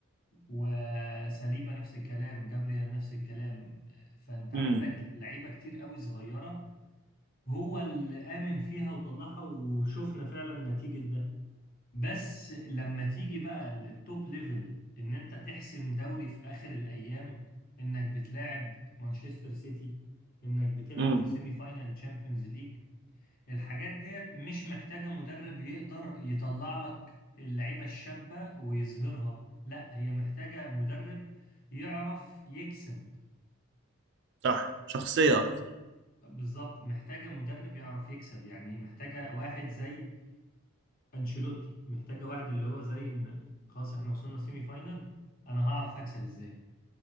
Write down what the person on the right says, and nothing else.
امم
امم
صح شخصية أكتر